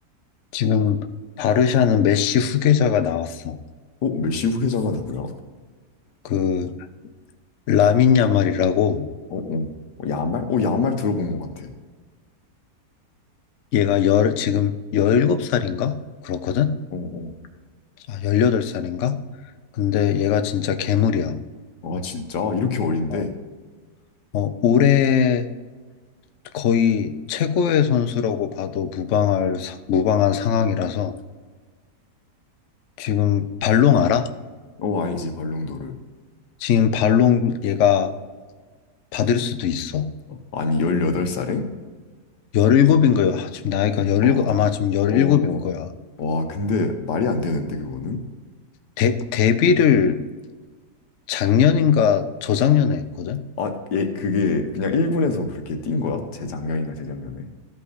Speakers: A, on the left; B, on the left.
A: 지금 바르샤는 메시 후계자가 나왔어.
B: 어, 메시 후계자가 누구야?
A: 그 라민 야말이라고
B: 어, 어, 어, 야말? 어, 야말 들어본 것 같아.
A: 얘가 열, 지금 17살인가? 그렇거든?
B: 어, 어.
A: 아, 18살인가? 근데 얘가 진짜 괴물이야.
B: 아, 진짜? 이렇게 어린데?
A: 어, 어, 올해 거의 최고의 선수라고 봐도 무방할, 사- 무방한 상황이라서 지금 발롱 알아?
B: 어, 알지, 발롱도르.
A: 지금 발롱 얘가 받을 수도 있어.
B: 아니, 18살에?
A: 17인가? 요 지금 나이가 17,
B: 아, 어,
A: 아마 지금 일곱일
B: 어.
A: 거야.
B: 와, 근데 말이 안 되는데, 그거는?
A: 데, 데뷔를 작년인가 저작년에 했거든?
B: 아, 예, 그게 그냥 1분에서 그렇게 뛴 거야? 재작년인가 재작년에?